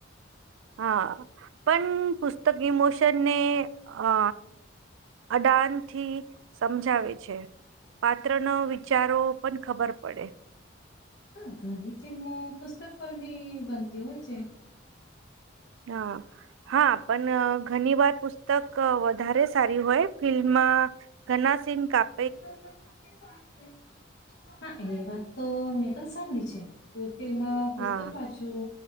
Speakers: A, on the right; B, on the left.
A: હા પન પુસ્તક ઇમોશનને અ અડાનથી સમજાવે છે. પાત્ર ન વિચારો પન ખબર પડે.
B: હા ઘણી ફિલ્મો પુસ્તક પર બી બનતી હોય છે.
A: હા હા પન ઘની વાર પુસ્તક વધારે સારી હોય ફિલ્મમાં ઘના સિન કાપ
B: <inaudible> હા એ વાત તો મેં પણ સાંભળી છે કોઈ ફિલ્મ પુસ્તક
A: હા
B: વાંચું